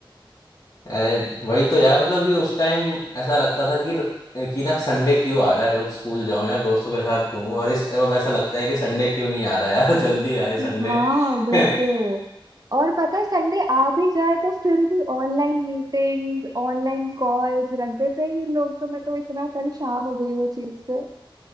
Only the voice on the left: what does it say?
अरे वही तो यार मतलब कि उस टाइम ऐसा लगता था कि कि ना संडे क्यों आ रहा है रोज स्कूल जाऊं यार दोस्तों के साथ घूमूं और इस अब ऐसा लगता है कि संडे क्यों नहीं आ रहा यार <laughs> जल्दी आए संडे
<laughs>